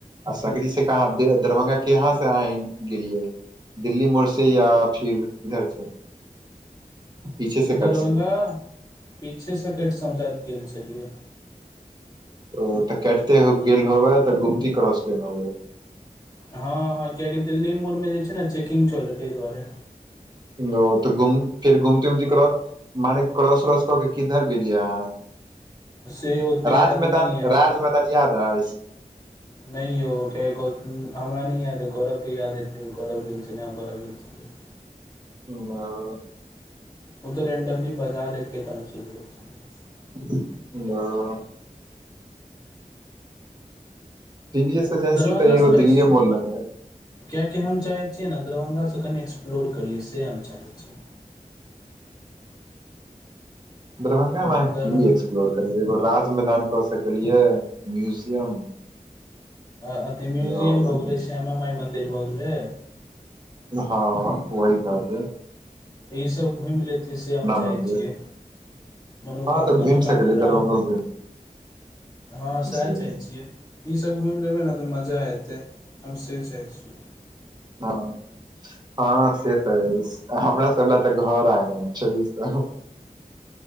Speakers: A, on the right; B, on the left.
A: आ सकरी से कहाँ दरभंगा केहाँ से आ गेलियै दिल्ली मोड़ से या फिर इधर से पीछे से
B: दरभंगा
A: कट से
B: पीछे सँ कटि समझा गेल छलियै
A: ओ तऽ कटिते हुए गेल होबे तऽ गुमती क्रॉस कर कऽ होबे
B: हँ हा कियकि दिल्ली मोड़ में जे छै ने चेकिंग चलै ताहि दुआरे
A: ओ तऽ घुम फिर घुमति क्रोस मने क्रस कर कऽ केँ किधर गेलियै अहाँ
B: से ओते
A: राज
B: याद
A: मैदान
B: नहि य
A: राज मैदान याद अइछ
B: नै यौ हमरा नइ याद है गौरव के याद हेते गौरव गेल छले <inaudible>
A: हा
B: ओ तऽ रेंडमली बजा लेलके तऽ हम चलि गेल छलियै
A: ओ जेसे
B: दरभंगा
A: तऽ एो
B: सब
A: दिल्लए
B: एक्स
A: मोर लगन
B: कियाकि हम चाहैत छियै ने दरभंगा स कनि एक्सप्लोर करियै से हम चाहैत छी
A: दरभंगा मे अहाँ
B: दरभंगा
A: कि एक्प्लोर कर एगो राज मैदान कऽ सकलियै म्यूजियम
B: अथी म्युजियम
A: आओर
B: भऽ गेलै श्यामा माई मन्दिर भऽ गेलै
A: ह वहि ठसे
B: ई सभ घूमि लेतियै से हम चाहै
A: मंदिर
B: छियै मनोकामना
A: हँ तऽ घुमि
B: मनोकामना
A: सकलियै दरभंगो घुमि
B: ह सएह
A: सकलियै
B: चाहैत छियै ई सभ घुमि लेबै ने तऽ मजा एते हम से चाहै छीयो।
A: ह हँ से तऽ अए छै हमरा सभ लए तऽ घर आंगन छै ई सभ